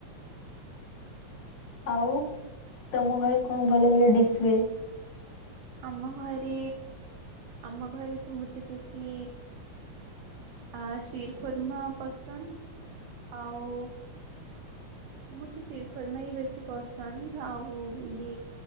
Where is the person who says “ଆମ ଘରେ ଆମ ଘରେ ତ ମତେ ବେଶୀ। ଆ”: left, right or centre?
Right